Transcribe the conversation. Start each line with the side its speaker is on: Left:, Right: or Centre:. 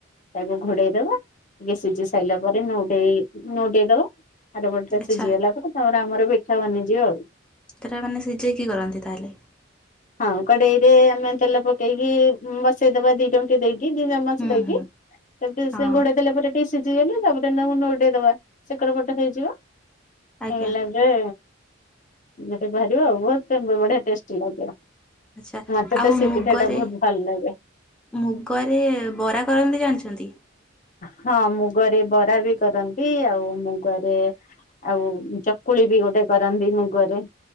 Left: ତାକୁ ଘୋଡେଇ ଦବା ଟିକେ ସିଜି ସାଇଲା ପରେ ନଉଟେଇ ନଉଟେଇ ଦବା ଆରପଟରେ
Centre: ଆଚ୍ଛା
Left: ସିଜି ଗଲା ପରେ ତାପରେ ଆମର ପିଠା ବନିଯିବ ଆଉ।
Centre: <unintelligible> ମାନେ ସିଜେଇକି କରନ୍ତି ତାହେଲେ?
Left: ହଁ କଡେଇ ରେ ଆମେ ତେଲ ପକେଇକି ବସେଇଦବା ଦି ଡଙ୍କି ଦେଇ କି ଦି ଚାମଚ
Centre: ହୁଁ
Left: ଦେଇକି
Centre: ହୁଁ
Left: <unintelligible>
Centre: ହଁ
Left: ଘୋଡେଇ ଦେଲେ ପରେ ଟିକେ ସିଜିଗଲେ ତାପରେ ତାକୁ ନଉ ଟେଇଦବା ସେକର ପଟ ହେଇଯିବ
Centre: ଆଜ୍ଞା
Left: ହେଇଗଲା ପରେ <unintelligible> ବାହାରିବ ଆଉ ବହୁତ୍ ବଢିଆ ଟେଷ୍ଟ୍ ଲାଗିବ।
Centre: ଆଚ୍ଛା
Left: ମତେ
Centre: ଆଉ
Left: ତ ସେ
Centre: ମୁଗରେ
Left: ପିଠାଟା ବହୁତ୍ ଭଲ ଲାଗେ।
Centre: ମୁଗରେ ବରା କରନ୍ତିି ଜାଣିଚନ୍ତି?
Left: ହଁ ମୁଗରେ ବରା ବି କରନ୍ତି। ଏ ଆଉ ମୁଗରେ ଆଉ ଚକୁଳି ବି ଗୋଟେ କରନ୍ତି ମୁଗରେ।